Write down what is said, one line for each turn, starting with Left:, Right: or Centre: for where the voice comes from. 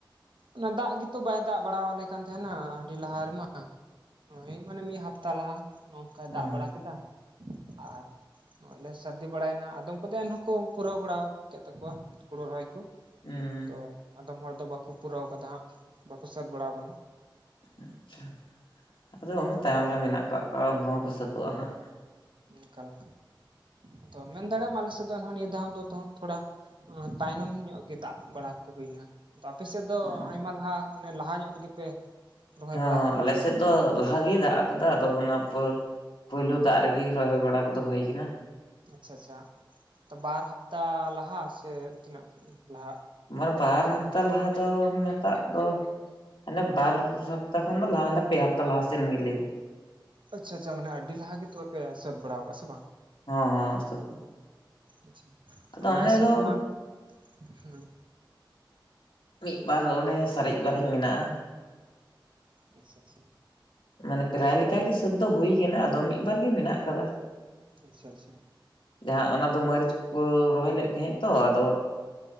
Right: ᱚᱱᱟ ᱫᱟᱜ ᱜᱮᱛᱚ ᱵᱟᱭ ᱫᱟᱜ ᱵᱟᱲᱟᱣ ᱟᱞᱮ ᱠᱟᱱ ᱛᱟᱦᱮᱸᱱᱟ ᱟᱹᱰᱤ ᱞᱟᱦᱟ ᱨᱮᱢᱟ ᱱᱚᱜ-ᱚᱭ ᱢᱟᱱᱮ ᱢᱤᱫ ᱦᱟᱯᱛᱟ ᱞᱟᱦᱟ᱾ ᱱᱚᱝᱠᱟᱭ
Left: ᱦᱩᱸ
Right: ᱫᱟᱜ ᱵᱟᱲᱟ ᱠᱮᱫᱟ ᱟᱨ ᱱᱚᱸᱜᱼᱚᱭ ᱞᱮ ᱥᱟᱹᱨ ᱫᱤ ᱵᱟᱲᱟᱭᱱᱟ ᱟᱫᱚᱢ ᱠᱚᱫᱚ ᱮᱱᱦᱚᱸᱠᱚ ᱯᱩᱨᱟᱹᱣ ᱵᱟᱲᱟ ᱠᱮᱫ ᱛᱟᱠᱚᱣᱟ ᱦᱩᱲᱩ ᱨᱚᱦᱚᱭ ᱠᱚ,
Left: ᱦᱩᱸ
Right: ᱟᱫᱚ ᱟᱫᱚᱢ ᱦᱚᱲ ᱫᱚ ᱵᱟᱠᱚ ᱯᱩᱨᱟᱹᱣ ᱠᱟᱫᱟ ᱦᱟᱸᱜ ᱵᱟᱠᱚ ᱥᱟᱹᱛ ᱵᱟᱲᱟ ᱠᱟᱱᱟ᱾
Left: ᱟᱪᱪᱷᱟ ᱟᱫᱚ ᱩᱱ ᱛᱟᱭᱚᱢ ᱨᱮ ᱢᱮᱱᱟᱜ ᱠᱟᱫ ᱠᱚᱣᱟ ᱩᱱᱠᱩ ᱦᱚᱸᱠᱚ ᱥᱟᱹᱛᱟᱜᱼᱟ ᱦᱟᱸᱜ᱾
Right: ᱮᱠᱟᱞ ᱮᱠᱟᱞ ᱟᱫᱚ ᱢᱮᱱ ᱫᱟᱲᱮᱜᱟᱢ ᱟᱞᱮ ᱥᱮᱫ ᱫᱚ ᱮᱱᱦᱚ ᱱᱤᱭᱟᱹ ᱫᱷᱟᱣ ᱫᱚ ᱛᱷᱚᱲᱟ ᱛᱟᱭᱱᱚᱢ ᱧᱚᱸᱜ ᱜᱮ ᱫᱟᱜ ᱵᱟᱲᱟ ᱠᱚ ᱦᱩᱭᱱᱟ ᱟᱯᱮ ᱥᱮᱫ ᱫᱚ
Left: ᱦᱚᱸ
Right: ᱟᱭᱢᱟ ᱞᱟᱦᱟ ᱢᱟᱱᱮ ᱞᱟᱦᱟ ᱧᱚᱸᱜ ᱨᱮᱜᱮ ᱯᱮ ᱨᱚᱦᱚᱭ
Left: ᱦᱚᱸ
Right: ᱵᱟᱲᱟᱣ
Left: ᱦᱚᱸ
Right: ᱠᱟᱫᱟ
Left: ᱟᱞᱮ ᱥᱮᱫ ᱫᱚ ᱞᱟᱦᱟ ᱜᱮᱭ ᱫᱟᱜ ᱠᱟᱫᱟ ᱟᱫᱚ ᱚᱱᱟ ᱯᱚᱨ ᱯᱳᱭᱞᱩ ᱫᱟᱜ ᱨᱮᱜᱮ ᱨᱚᱦᱚᱭ ᱵᱟᱲᱟ ᱠᱚᱫᱚ ᱦᱩᱭ ᱠᱟᱱᱟ᱾
Right: ᱟᱪᱪᱷᱟ ᱟᱪᱪᱷᱟ ᱛᱚ ᱵᱟᱨ ᱦᱟᱯᱛᱟ ᱞᱟᱦᱟ ᱥᱮ ᱛᱤᱱᱟᱹᱜ ᱞᱟᱦᱟᱜ?
Left: ᱢᱟᱱᱮ ᱵᱟᱨ ᱦᱟᱯᱛᱟ ᱞᱟᱦᱟ ᱫᱚ ᱢᱮᱛᱟᱜ ᱫᱚ ᱦᱟᱸᱱᱮ ᱵᱟᱨ ᱦᱟᱯᱛᱟ ᱠᱷᱚᱱ ᱫᱚ ᱞᱟᱦᱟ ᱚᱱᱮ ᱯᱮ ᱦᱟᱯᱛᱟ ᱞᱟᱦᱟ ᱥᱮᱱ ᱜᱮ ᱞᱟᱹᱭ ᱵᱤᱱ᱾
Right: ᱟᱪᱪᱷᱟ ᱟᱪᱪᱷᱟ ᱢᱟᱱᱮ ᱟᱹᱰᱤ ᱞᱟᱦᱟ ᱜᱮ ᱛᱚᱵᱮ ᱯᱮ ᱥᱟᱹᱛ ᱵᱟᱲᱟᱣ ᱠᱟᱜ ᱥᱮ ᱵᱟᱝ?
Left: ᱦᱚᱸ ᱦᱚᱸ <unintelligible>
Right: ᱟᱪᱪᱷᱟ
Left: ᱟᱫᱚ
Right: ᱚᱱᱟ
Left: ᱚᱱᱮ
Right: ᱦᱤᱥᱟᱹᱵ
Left: ᱫᱚ
Right: ᱛᱮᱢᱟ ᱦᱩᱸ᱾
Left: ᱢᱤᱫ ᱵᱟᱨ ᱚᱱᱮ ᱥᱟᱨᱮᱡ ᱵᱟᱨᱮᱡ ᱢᱮᱱᱟᱜᱼᱟ᱾
Right: ᱟᱪᱪᱷᱟ ᱟᱪᱪᱷᱟ᱾
Left: ᱢᱟᱱᱮ ᱯᱨᱟᱭ ᱞᱮᱠᱟ ᱜᱮ ᱥᱟᱹᱛ ᱫᱚ ᱦᱩᱭ ᱠᱟᱱᱟ ᱟᱫᱚ ᱢᱤᱫ ᱵᱟᱨ ᱜᱮ ᱢᱮᱱᱟᱜ ᱠᱟᱫᱟ᱾
Right: ᱟᱪᱪᱷᱟ ᱟᱪᱪᱷᱟ᱾
Left: ᱡᱟᱦᱟᱸ ᱚᱱᱟ ᱫᱚ ᱢᱟᱹᱨᱤᱪ ᱠᱚᱠᱚ ᱨᱚᱦᱚᱭ ᱞᱮᱫ ᱛᱟᱦᱮᱸᱜ ᱛᱚ, ᱟᱫᱚ